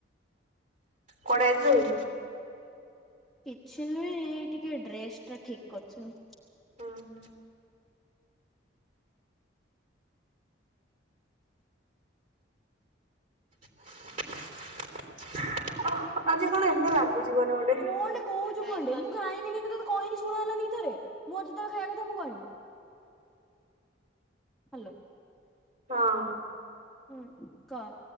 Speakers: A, on the right; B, in the centre.
A: କୁଆଡେ ଯାଇଥିଲୁ କି?
B: କିଛି ନୁହେଁ ଏଇ ଟିକେ ଡ୍ରେସ ଟା ଠିକ କରୁଥିନୀ
A: ଓ ହୋ <inaudible> ଓ ହୋ ଆଜି କଣ ଏମିତି ଲାଗୁଛି କହନି ଗୋଟେ
B: କ ହେଲାକି <unintelligible> କହୁଛୁ କଣ୍ଡେ ମୁଁ ଖାଇମିନି ତତେ ତ କହିନି ଶୁଣ ହେଲାନି କି ଥରେ ମୁଁ ଅଜି ତଳେ ଖାଇବା କଥା ମୁଁ କହିମୀ
A: <inaudible>
B: ହ୍ୟାଲୋ
A: ହଁ
B: ହୁଁ କ